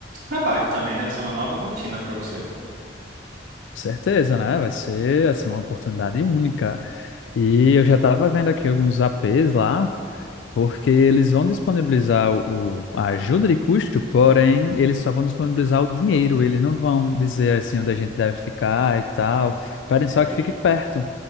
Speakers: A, on the right; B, on the left.
A: trabalho também, né? Vai ser uma nova rotina pra você.
B: Certeza, né? Vai ser assim uma oportunidade única. E eu já estava vendo aqui alguns APs lá, porque eles vão disponibilizar o, o- a ajuda de custo, porém, eles só vão disponibilizar o dinheiro, eles não vão dizer assim onde a gente deve ficar e tal.
A: Hum,
B: Pedem
A: Entendi.
B: só que fique perto.